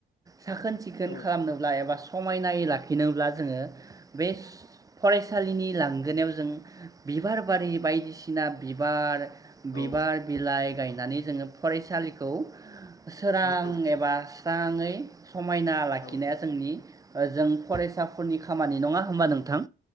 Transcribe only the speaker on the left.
औ
औ
नंगौ
औ